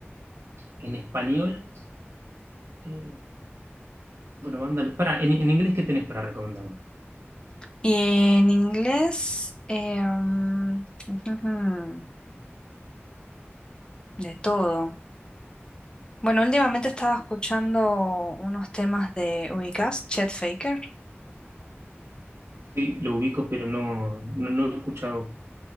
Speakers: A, on the right; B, on the left.
A: en español, eh, bueno, mándalo Para, en, en inglés, ¿qué tenés para recomendarme?
B: Y en inglés, eh, mm, ujujú, de todo. Bueno, últimamente estaba escuchando unos temas de ¿Ubicás? Chet Faker.
A: Sí, lo ubico, pero no, no, no lo he escuchado